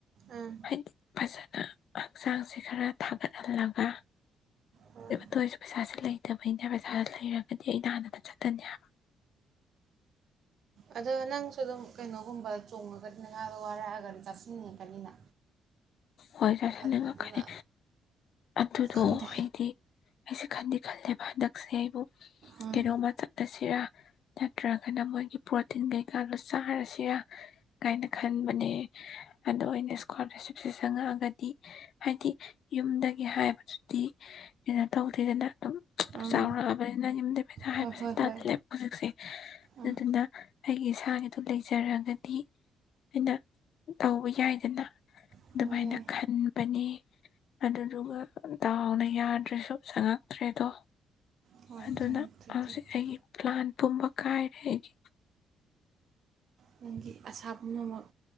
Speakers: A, on the right; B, on the left.
A: ꯑꯥ
B: ꯍꯥꯏꯗꯤ ꯐꯖꯅ ꯍꯛꯆꯥꯡꯁꯦ ꯈꯔ ꯊꯥꯒꯠꯍꯜꯂꯒ
A: ꯍꯣꯏ
B: ꯑꯗꯨꯇ ꯑꯣꯏꯔꯁꯨ ꯄꯩꯁꯥꯁꯦ ꯂꯩꯇꯕꯩꯅꯦ ꯄꯩꯁꯥꯁ ꯂꯩꯔꯒꯗꯤ ꯑꯩꯩꯅ ꯍꯥꯟꯅ ꯑꯗꯨ ꯆꯠꯀꯅꯤ ꯍꯥꯏꯕ
A: ꯑꯗꯣ ꯅꯪꯁꯨ ꯑꯗꯨꯝ ꯀꯩꯅꯣꯒꯨꯝꯕ ꯆꯣꯡꯉꯒꯗꯤ ꯅꯥꯗ ꯋꯥꯔꯛꯑꯒꯗꯤ ꯆꯥꯁꯤꯟꯅꯤꯡꯉꯛꯀꯅꯤꯅ
B: ꯍꯣꯏ ꯆꯁꯤꯅꯤꯡ
A: ꯑꯗꯨꯅ
B: ꯉꯛꯀꯅꯤ ꯑꯗꯨꯗꯣ
A: ꯈꯪꯗꯦ
B: ꯑꯩꯗꯤ ꯑꯩꯁ ꯈꯟꯗꯤ ꯈꯜꯂꯦꯕ ꯍꯟꯗꯛꯁꯦ ꯑꯩꯕꯨ
A: ꯑꯥ
B: ꯀꯩꯅꯕ ꯆꯠꯁꯤ ꯔ ꯅꯠꯇ꯭ꯔꯒꯅ ꯃꯣꯏꯒꯤ ꯄ꯭ꯔꯣꯇꯤꯟ ꯀꯩꯀꯥꯗꯣ ꯆꯥꯔꯁꯤꯔꯥ ꯀꯥꯏꯅ ꯈꯟꯕꯅꯦ ꯑꯗꯣꯩꯅ ꯏꯁꯀ ꯁꯦ ꯆꯪꯉꯛꯑꯒꯗꯤ ꯍꯥꯏꯗꯤ ꯌꯨꯝꯗꯒꯤ ꯍꯥꯏꯕꯗꯨꯗꯤ ꯀꯩꯅꯣ ꯇꯧꯗꯦꯗꯅ ꯑꯗꯨꯝ
A: ꯑꯥ
B: ꯆꯥꯎꯔꯛꯑꯕꯅꯤꯅ ꯌꯨꯝꯗ ꯄꯩꯁꯥ ꯍꯥꯏꯕꯁꯦ
A: ꯍꯣꯏ ꯍꯣꯏ
B: ꯇꯥꯜꯂꯦꯕ
A: ꯍꯣꯏ
B: ꯍꯧꯖꯤꯛꯁꯦ ꯑꯗꯨꯗꯨꯅ
A: ꯑꯥ
B: ꯑꯩꯒꯤ ꯏꯁꯥꯒꯤꯗꯣ ꯂꯩꯖꯔꯒꯗꯤ ꯑꯩꯅ ꯇꯧꯕ ꯌꯥꯏꯗꯅ
A: ꯍꯣꯏ
B: ꯑꯗꯨꯃꯥꯏꯅ
A: ꯌꯥꯏ
B: ꯈꯟꯕꯅꯤ ꯑꯗꯨꯗꯨꯒ ꯇꯗꯥꯥꯎꯅ ꯌꯥꯗ꯭ꯔꯁꯨ ꯆꯪꯉꯛꯇ꯭ꯔꯦꯗꯣ
A: ꯍꯣꯏ
B: ꯑꯗꯨꯅ
A: ꯆꯪꯉꯛꯇ꯭ꯔꯦ
B: ꯍꯧꯖꯤꯛ
A: ꯑꯗꯨꯕꯨꯗꯤ
B: ꯑꯩꯒꯤ ꯄ꯭ꯂꯥꯟ ꯄꯨꯝꯕ ꯀꯥꯏꯔꯒ
A: ꯅꯪꯒꯤ ꯑꯁꯥ ꯄꯨꯝꯅꯃꯛ